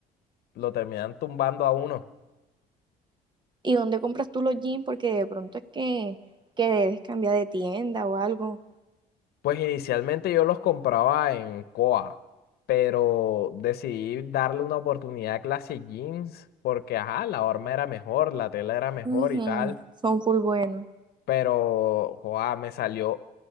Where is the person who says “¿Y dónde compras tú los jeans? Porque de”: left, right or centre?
Right